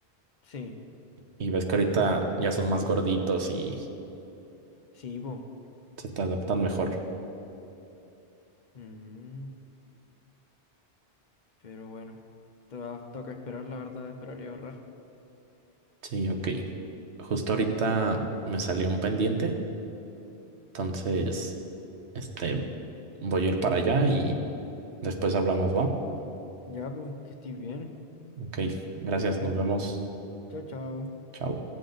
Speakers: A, on the left (about 45°); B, on the right (about 75°).
A: Sí,
B: Y ves que ahorita ya son más gorditos y
A: sí, po.
B: se te adaptan mejor.
A: Mm, pero bueno, te va, toca esperar, la verdad, esperar y ahorrar.
B: Sí, ok. Justo ahorita me salió un pendiente, entonces, este, voy a ir para allá y después hablamos, ¿va?
A: Ya, pues, que estés bien.
B: Ok, gracias, nos vemos.
A: Chao, chao.
B: Chao.